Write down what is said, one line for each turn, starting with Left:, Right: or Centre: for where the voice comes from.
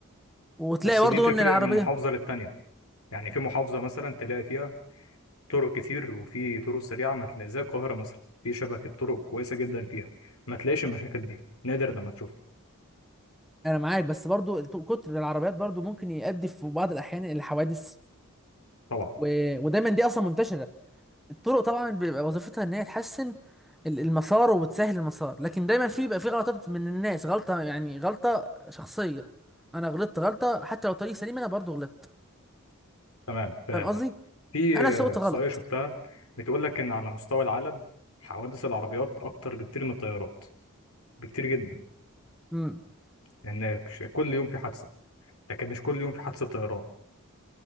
Centre: وتلاقي
Left: بس
Centre: برضو
Left: دي تفرق
Centre: ان العربية
Left: من محافظة للتانية يعني في محافظة مثلا تلاقي فيها طرق كتير وفي طرق سريعة ما تلاقي زي القاهرة مثلا في شبكة طرق كويسة جدا فيها ما تلاقيش المشاكل دي نادر لما تشوفها
Centre: انا معاك بس برضو الت- كتر العربيات برضو ممكن يؤدي في بعض الاحيان الى حوادث
Left: طبعا
Centre: و... ودايما دي اصلا منتشرة الطرق طبعا بيبقى وظيفتها ان هي تحسن ال- المسار وبتسهل المسار لكن دايما في بيبقى في غلطات من الناس غلطه يعني غلطه شخصيه انا غلطت غلطه حتى لو طريق سليم انا برضو غلطت
Left: تمام فاهم
Centre: فاهم قصدي
Left: اه في
Centre: انا
Left: آه،
Centre: سويت
Left: إحصائية
Centre: غلط
Left: شفتها بتقول لك إن على مستوى العالم حوادث العربيات أكتر بكتير من الطيارات بكتير جدا
Centre: امم
Left: لأن ش- كل يوم في حادثة لكن مش كل يوم في حادثة طيران